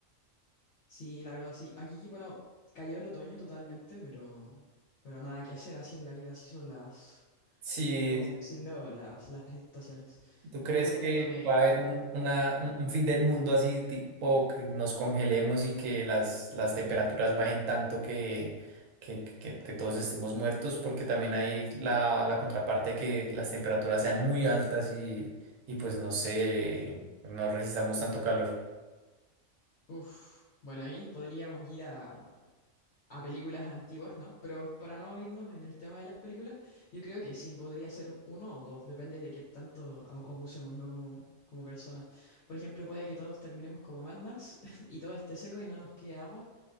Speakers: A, on the left; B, on the right.
A: Sí, la verdad sí. Aquí, bueno, cayó el otoño totalmente, pero, pero nada que hacer, así es la vida, así son las,
B: Sí,
A: o como decirlo, las, las estaciones.
B: ¿Tú
A: Y
B: crees
A: bueno,
B: que
A: cuéntame,
B: va a haber un, una- un- un fin del mundo así, tipo que nos congelemos y que las, las temperaturas bajen tanto que, que, que- que todos estemos muertos? Porque también hay la, la contraparte que las temperaturas sean muy altas y, y pues no sé, no resistamos tanto calor.
A: uff, bueno, ahí podríamos ir a, a películas antiguas, ¿no? Pero para no irnos en el tema de las películas, yo creo que sí, podría ser uno o dos, depende de qué tanto a- abusemos, ¿no? Como, como personas. Por ejemplo, puede que todos terminemos como Mad Max <laughs> y todo esté seco y no nos quede agua,